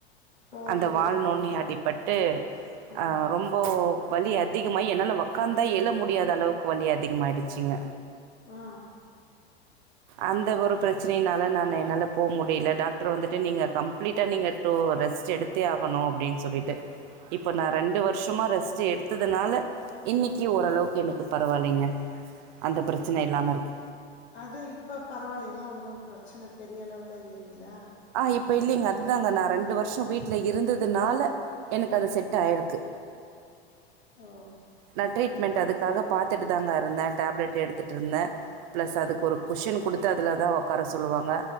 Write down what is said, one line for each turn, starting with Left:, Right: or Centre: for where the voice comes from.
Left: போனதுனால
Right: அந்த வால்நுனி அடிப்பட்டு
Left: ஆ
Right: ஆரொம்ப இப்போ வலி அதிகமாகி என்னால உக்காந்தா எழ முடியாத அளவுக்கு வலி அதிகமாகாயிடுச்சிங்க
Left: ஆ
Right: அந்த ஒரு பிரச்சனைனால நா என்னால் போக முடியல டாக்டர் வந்துட்டு நீங்க கம்ப்ளீட்டா நீங்க டு ரெஸ்ட் எடுத்தே ஆகணு அப்டின் சொல்லிட்டு இப் இப்போ நா ரெண்டு வருஷமா ரெஸ்ட் எடுத்ததுனால இன்னிக்கி ஓரளவுக்கு எனக்கு பரவால்லைங்க அந்த பிரச்சன இல்லாம இருக்கு
Left: அத இப்ப பரவால்லைங்களா ஒன்னு பிரச்சன பெரிய அளவுல இல்லைங்களா
Right: ஆ இப்போ இல்லைங்க அதுதாங்க நான் ரெண்டு வருஷ வீட்ல இருந்ததுனால எனக்கு அது செட் ஆயிருக்கு
Left: ஓ
Right: நான் ட்ரீட்மெண்ட் அதுக்காக பாத்துட்டு தாங்க இருந்த டேப்லெட் எடுத்துட்டு இருந்த ப்ளஸ் அதுக்கு ஒரு குஷன் குடுத்து அதில தா ஒக்கார சொல்லுவாங்க